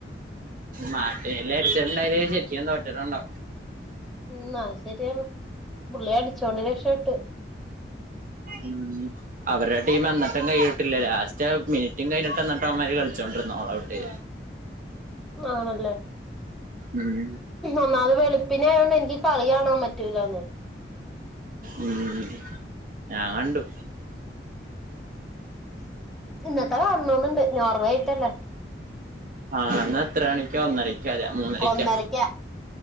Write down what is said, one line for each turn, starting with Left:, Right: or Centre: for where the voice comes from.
Right: മാട്ടിനെല്ല് അടിച്ചിട്ട്ണ്ടായില്ലെങ്കിൽ ശരിക്കുനും തോറ്റിട്ടുണ്ടാ
Centre: മ് അത് ശരിയാണ് പുള്ളി അടിച്ചോണ്ട് രക്ഷപേട്ട്.
Right: ഉം അവരുടെ ടീം. വന്നട്ടം കഴിട്ടില്ലേ ലാസ്റ്റ് മിനിറ്റും കഴിഞ്ഞിട്ട് എന്നിട്ടം അവമാര് കളിച്ചുകൊണ്ടിരുന്നു ഓൾ ഔട്ട്
Centre: മാണല്ലേ?
Right: ഉം
Centre: ഒന്നാമത് വെളുപ്പിനായോണ്ട് എനിക്ക് കളി കാണാ പറ്റൂലാന്ന്.
Right: ഉം ഞാ കണ്ടു
Centre: ഇന്നത്തെ കാണോന്ന്ണ്ട് ഞോർവേയിട്ടല്ലേ
Right: ആഹ് ഇന്ന് എത്രണിക്യാ ഒന്നരക്കാറിയ മൂന്നരക്ക്യാ
Centre: ഒന്നരക്കാ